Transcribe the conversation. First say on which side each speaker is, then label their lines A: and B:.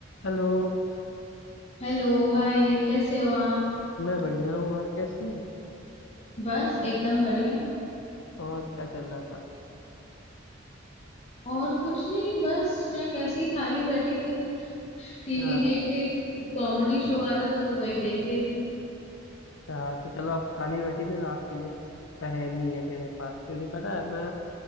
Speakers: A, on the left; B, on the left.
A: Hello
B: Hello Hi कैसे हो आप
A: मैं बढ़िया हूँ आप कैसी हैं
B: बस एकदम बढ़िया
A: और क्या चल रहा था
B: और कुछ नहीं बस मैं कैसे ही खाली बैठी थी टीवी
A: अच्छा
B: देख रही थी कॉमेडी शो आ रहा था तो वही देख रही थी
A: अच्छा, तो चलो आप खाली बैठी थी तो आपके लिए पहेली है मेरे पास क्योंकि पता है मैं